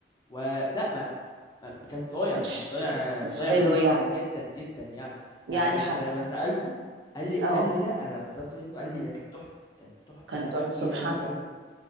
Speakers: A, on the left (about 20°); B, on the right (about 80°).
A: ولا ما... ما كان ضايع
B: مش
A: كان ضايع
B: مش
A: ضايع
B: حلو
A: جدا
B: يعني
A: جدا جدا يعني
B: يعني
A: ما بس
B: حبة
A: ما سألته قال لي قال
B: اه
A: لي لا لما طلبت منه قال لي ده كان تحفة كان تحفة
B: كان تح-
A: قوي
B: سبحان
A: قوي قوي